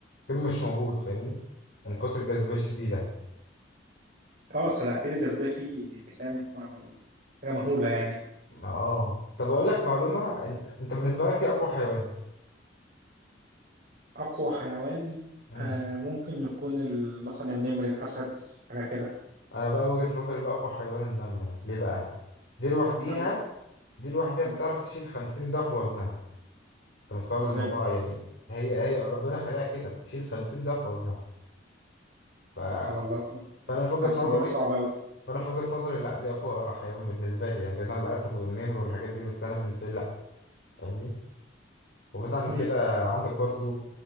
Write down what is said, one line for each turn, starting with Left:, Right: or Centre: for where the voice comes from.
Left: كله مش موجود فاهمني من كتر الجاذبية الشديدة
Right: اه أصل أكيد الجاذبية فيه يعني فاهم حاجة مهولة يعني
Left: اه طب اقول لك معلومه إن- انت بالنسبه لك ايه اقوى حيوان
Right: أقوى حيوان
Left: مم.
Right: آه ممكن يكون ال- مثلا النمر الأسد حاجة كده
Left: انا بقى وجهه نظري بقى اقوى حيوان النمله ليه بقى دي لوحديها
Right: النملة
Left: دي لوحديها
Right: اه
Left: بتعرف تشيل 50 ضعف وزنها انت مستوعب
Right: ازاي
Left: الموضوع يعني هي هي ربنا خلقها كده بتشيل 50 ضعف وزنها ف...
Right: سبحان الله
Left: فانا في وجهه
Right: حاسس
Left: نظري
Right: الموضوع صعب أوي
Left: فانا في وجهه نظري لا دي اقوى حيوان بالنسبه لي يعني بعيد عن الاسد والنمر والحاجات دي بس انا بالنسبه لي لا فاهمني؟ وبعيد عن
Right: مم.
Left: كده عندك برضو